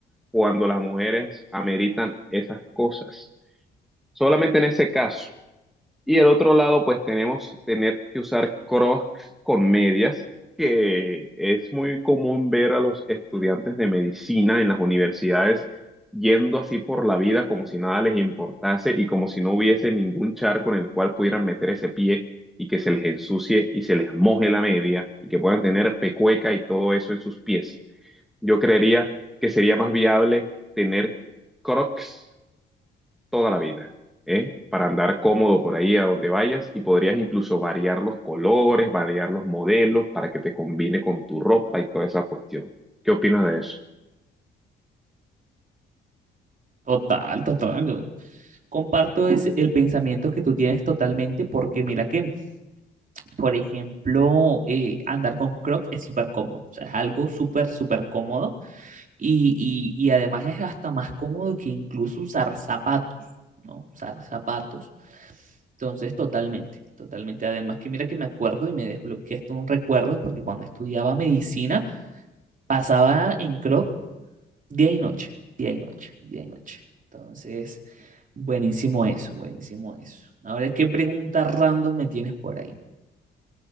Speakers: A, in the centre; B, on the right.
A: cuando las mujeres ameritan esas cosas. Solamente en ese caso. Y el otro lado, pues tenemos tener que usar crocs con medias, que es muy común ver a los estudiantes de medicina en las universidades yendo así por la vida como si nada les importase y como si no hubiese ningún charco en el cual pudieran meter ese pie y que se les ensucie y se les moje la media y que puedan tener pecueca y todo eso en sus pies. Yo creería que sería más viable tener crocs toda la vida, ¿eh? Para andar cómodo por ahí a donde vayas y podrías incluso variar los colores, variar los modelos para que te combine con tu ropa y toda esa cuestión. ¿Qué opinas de eso?
B: Total, total. yo Comparto ese- el pensamiento que tú tienes totalmente porque mira que Por ejemplo, eh, andar con Croc es súper cómodo, o sea, es algo súper, súper cómodo y, y, y además es hasta más cómodo que incluso usar zapatos, ¿no? Usar zapatos. Entonces, totalmente, totalmente. Además que mira que me acuerdo y me desbloqueé esto un recuerdo porque cuando estudiaba medicina pasaba en Crop día y noche, día y noche, día y noche. Entonces, buenísimo eso, buenísimo eso. Ahora, ¿qué pregunta random me tienes por ahí?